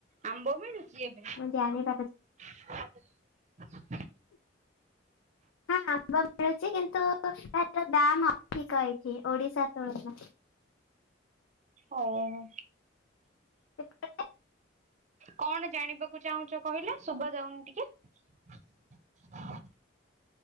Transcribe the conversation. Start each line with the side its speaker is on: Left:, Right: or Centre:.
Right: ଆମ୍ବ ମିଳୁଚି ଏବେ।
Left: ମୁଁ ଜାଣି <unintelligible>
Right: <inaudible>
Left: ହଁ ଆମ୍ବ ମିଳୁଚି କିନ୍ତୁ ତାର ଦାମ ଅଧିକ ଏଇଠି ଓଡିଶା ତୁଳନା
Right: ଓହୋ।
Left: <unintelligible>
Right: କଣ ଜାଣିବାକୁ ଚାହୁଁଚ କହିଲେ ଶୁଭା ଯାଉନି ଟିକେ? <unintelligible>